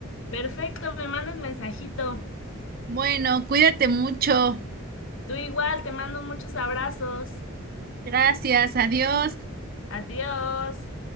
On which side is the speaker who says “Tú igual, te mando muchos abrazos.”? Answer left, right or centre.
Left